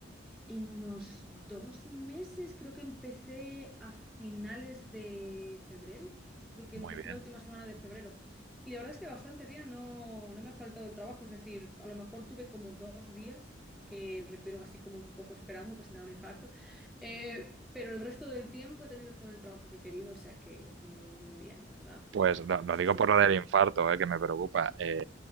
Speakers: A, in the centre; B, on the right.
A: En unos dos meses, creo que empecé a finales de febrero. Creo que
B: Muy
A: empecé
B: bien.
A: la última semana de febrero. Y la verdad es que bastante bien, no, no me ha faltado el trabajo. Es decir, a lo mejor tuve como dos días que me tuvieron así como un poco esperando, casi me da un infarto. Eh, pero el resto del tiempo he tenido todo el trabajo que he querido, o sea que muy, muy bien, la verdad.
B: Pues lo, lo
A: Sí,
B: digo
A: sí,
B: por
A: sí,
B: lo
A: sí.
B: del infarto, eh, que me preocupa. Eh,